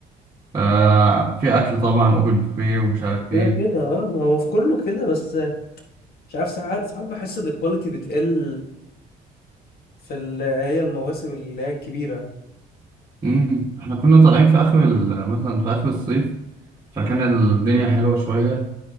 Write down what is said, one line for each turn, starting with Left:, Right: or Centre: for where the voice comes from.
Right: آه، في اكل طبعا اوبن بوفيه ومش عارف
Left: كده
Right: ايه
Left: كده اه ما هو في كله كده بس مش عارف ساعات ساعات بحس ان الكواليتي بتقل في اللي هي المواسم اللي هي الكبيرة
Right: مم، احنا كنا طالعين في اخر ال- مثلا في اخر الصيف فكان الدنيا حلوة شوية